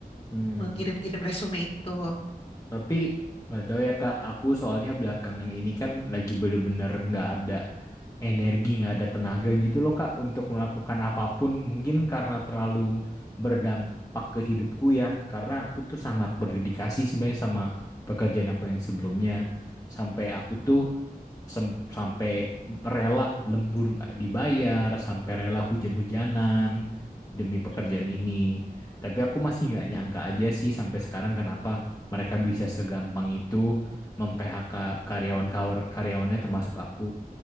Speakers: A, on the left; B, on the left.
A: Hmm.
B: mengirim-ngirim resume itu.
A: Tapi nggak tahu ya Kak, aku soalnya belakangan ini kan lagi bener-bener nggak ada energi, nggak ada tenaga gitu loh Kak untuk melakukan apapun. Mungkin karena terlalu berdampak ke hidupku ya, karena aku tuh sangat berdedikasi sebenarnya sama pekerjaan aku yang sebelumnya. Sampai aku tuh Sem- sampai rela lembur nggak dibayar, sampai rela hujan-hujanan demi pekerjaan
B: Mm-mm.
A: ini. Tapi aku masih nggak nyangka aja sih sampai sekarang kenapa mereka bisa segampang itu mem-PHK karyawan karyawannya termasuk aku.